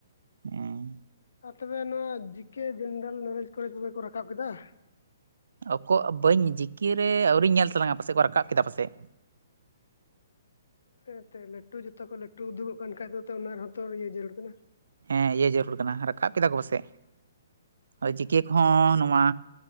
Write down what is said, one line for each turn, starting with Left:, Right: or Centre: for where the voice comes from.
Right: ᱦᱮᱸ
Left: ᱟᱨ ᱛᱚᱵᱮ ᱱᱚᱣᱟ ᱡᱤ ᱠᱮ ᱡᱮᱱᱟᱨᱮᱞ ᱱᱚᱞᱮᱡᱽ ᱠᱚᱨᱮ ᱠᱚᱜᱮ ᱠᱚ ᱨᱟᱠᱟᱵ ᱠᱮᱫᱟ ᱾
Right: ᱚᱠᱚ ᱵᱟᱹᱧ ᱡᱤᱠᱤᱨᱮ ᱟᱹᱣᱨᱤᱧ ᱧᱮᱞ ᱛᱟᱞᱟᱝᱟ ᱯᱟᱥᱮᱡ ᱠᱚ ᱨᱟᱠᱟᱵ ᱠᱮᱫᱟ ᱯᱟᱥᱮᱡ
Left: ᱦᱮᱸᱛᱚ ᱞᱟᱹᱴᱩ ᱡᱚᱛᱚ ᱠᱚ ᱞᱟᱹᱴᱩ ᱩᱫᱩᱜᱚᱜ ᱠᱟᱱ ᱠᱷᱟᱡ ᱚᱱᱟ ᱨᱮᱦᱚᱛᱚ ᱤᱭᱟᱹ ᱡᱟᱹᱨᱩᱲ ᱠᱟᱱᱟ
Right: ᱦᱮᱸ ᱤᱭᱟᱹ ᱡᱟᱹᱨᱩᱲ ᱠᱟᱱᱟ ᱨᱟᱠᱟᱵ ᱠᱮᱫᱟ ᱠᱚ ᱯᱟᱥᱮᱡ ᱟ ᱪᱤᱠᱤ ᱠᱚᱦᱚᱸ ᱱᱚᱶᱟ